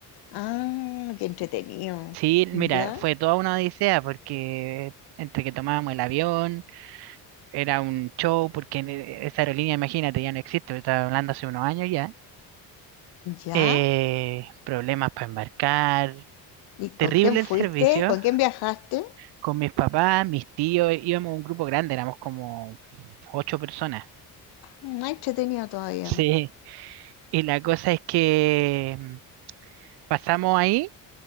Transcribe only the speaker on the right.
Sí, mira,
fue toda una odisea porque entre que tomábamos el avión, era un show, porque en e- esa aerolínea, imagínate, ya no existe, estaba hablando hace unos años ya.
Eh, problemas para embarcar,
terrible
el servicio.
Con mis papás, mis tíos, íbamos un grupo grande, éramos como ocho personas.
Sí. Y la cosa es que mm, pasamos ahí